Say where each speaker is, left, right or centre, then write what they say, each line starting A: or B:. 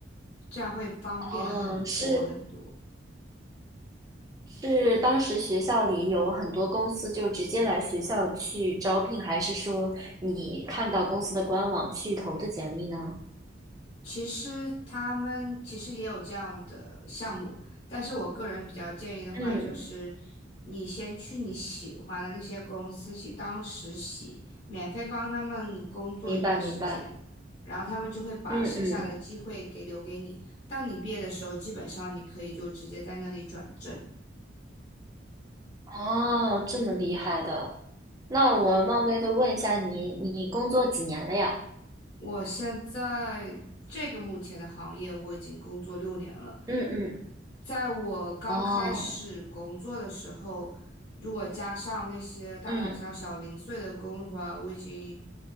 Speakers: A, on the left; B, on the right.
A: 这样会方便很多很多。
B: 哦，是。是当时学校里有很多公司就直接来学校去招聘，还是说你看到公司的官网去投的简历呢？
A: 其实他们其实也有这样的项目，但是我个人比较建议的话，
B: 嗯，
A: 就是你先去你喜欢的那些公司去当实习，免费帮他们工作一段时间，
B: 明白明白，
A: 然后他们就会把剩下的机会给留给你。
B: 嗯嗯，
A: 当你毕业的时候，基本上你可以就直接在那里转正。
B: 哦，这么厉害的，那我冒昧的问一下你，你工作几年了呀？
A: 我现在这个目前的行业，我已经工作六年了。
B: 嗯嗯，
A: 在我刚开始工作的时候，
B: 哦，
A: 如果加上那些大大小小零碎的工的话，
B: 嗯
A: 我已经